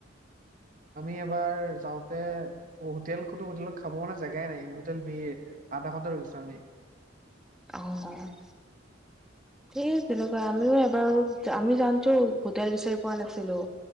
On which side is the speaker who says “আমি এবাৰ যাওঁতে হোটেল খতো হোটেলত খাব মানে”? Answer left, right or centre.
Right